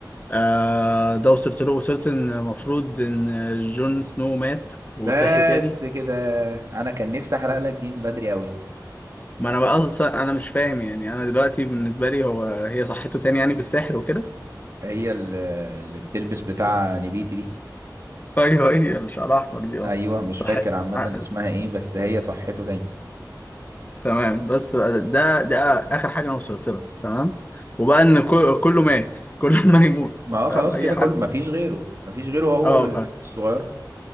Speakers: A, on the left; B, on the right.
A: آه ده وصلت له وصلت ان المفروض ان جون سنو مات وصحي
B: بس
A: تاني
B: كده انا كان نفسي احرق لك دي من بدري قوي
A: ما انا بقى اصلا انا مش فاهم يعني انا دلوقتي بالنسبة لي هو هي صحته تاني يعني بالسحر وكده
B: هي ال- اللي بتلبس بتاع نبيتي دي
A: ايوه هي الشعر احمر دي اه
B: ايوه مش
A: صح
B: فاكر عامة
A: ع-
B: اسمها
A: س-
B: ايه بس هي صحته تاني
A: تمام بس بقى ده ده اخر حاجه انا وصلت لها تمام وبقى ان كل- كله مات كل <laughs> ما يموت
B: ما اه
A: فاهم
B: خلاص
A: اي
B: كده
A: حد
B: كل ما فيش غيره ما فيش غيره هو
A: اه
B: والبنت
A: فاهم
B: الصغيرة